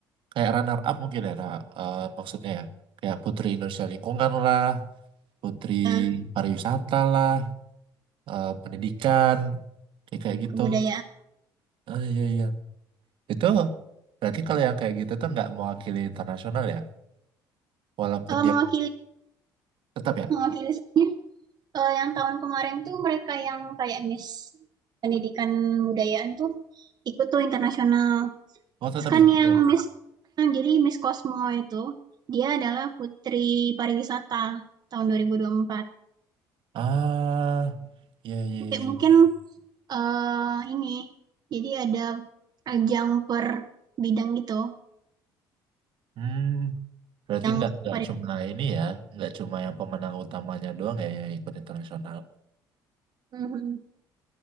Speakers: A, on the right; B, on the right.
A: kayak runner up mungkin ya nah, eh, maksudnya ya kayak Putri Indonesia Lingkungan lah, Putri
B: Nah,
A: Pariwisata lah, eh, pendidikan kayak kayak gitu.
B: kebudayaan
A: Ah iya iya. Itu berarti kalau yang kayak gitu tuh nggak mewakili internasional ya, walaupun
B: Eh,
A: dia
B: mewakili
A: Tetap ya?
B: mewakili soalnya, eh, yang tahun kemarin tuh mereka yang kayak Miss Pendidikan Budayaan tuh ikut tuh internasional
A: Oh, tetap
B: Kan
A: ikut.
B: yang Miss yang jadi Miss Cosmo itu dia adalah putri pariwisata tahun dua dua ribu dua puluh empat.
A: Ah, iya, iya,
B: kayak
A: iya.
B: mungkin
A: iya.
B: eh ini jadi ada ajang per bidang gitu,
A: Hmm, berarti
B: yang
A: nggak nggak
B: pariwisata.
A: cuma ini ya, nggak cuma yang pemenang utamanya doang ya yang ikut internasional.
B: Mhm.